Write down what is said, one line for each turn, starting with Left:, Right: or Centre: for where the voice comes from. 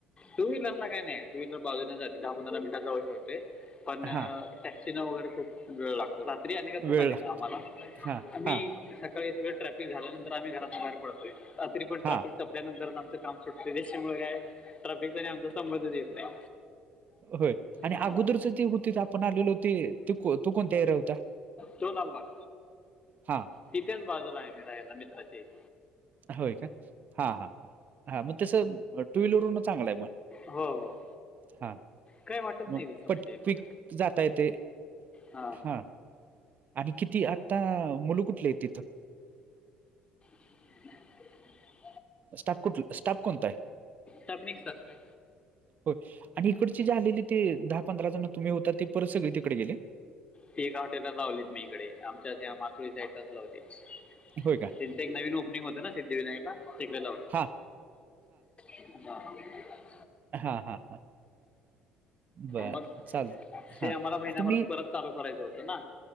Left: टू व्हीलरला काय नाही टू व्हीलर बाजूने जातील दहा पंधरा मिनटात जाऊ शकतोय पण
Right: हा
Left: टॅक्सीन वगैरे खूप वेळ लाग रात्री आणि कसं
Right: वेळ
Left: माहिते
Right: लागत
Left: का आम्हाला
Right: हा
Left: आम्ही
Right: हा
Left: सकाळी सगळे ट्रॅफी ते झाल्यानंतर आम्ही घरातून बाहेर पडतोय रात्री पण
Right: हा
Left: ट्राफिक संपल्यानंतरच आमचं काम सुटतय त्याच्यामुळे काय ट्राफिकचा आणि आमचा संबंधच येत नाही.
Right: होय आणि
Left: हां
Right: अगोदरच ते होतीत आपण आलेलो ते तो कोणता एरिया हो
Left: तो लालबाग
Right: हा
Left: तिथेच बाजूला आहे मी राहायला मित्राच्या इथ
Right: होय का हा हा हा मग तस टू व्हीलरून चांगलंय मग
Left: हो हो
Right: हा
Left: काय वाटत
Right: मग
Left: नाही तसं
Right: पट
Left: म्हणजे एवढं
Right: क्विक जाता येतंय
Left: हां
Right: हा आणि किती आता मुलं कुठलीयत तिथं
Left: <inaudible>
Right: स्टाप कुठ स्टाप कोणताय.
Left: टप मिक्स असतोय
Right: होय आणि इकडचे जे आलेले ते दहा पंधरा जण तुम्ही होता ते परत सगळी तिकडे गेले.
Left: ती एक हॉटेल लावलीत मी इकडे आमच्या त्या मासुळी साईलाच लावलीत.
Right: होय का?
Left: एक नवीन ओपनिंग होत ना सिद्धिविनायकला तिकडे लावून.
Right: हां
Left: ह <unintelligible>
Right: हा हा हा बरं
Left: मग
Right: चालेल
Left: ते
Right: हा
Left: आम्हाला महिन्याभरात
Right: आता मी.
Left: परत चालू करायचं होत ना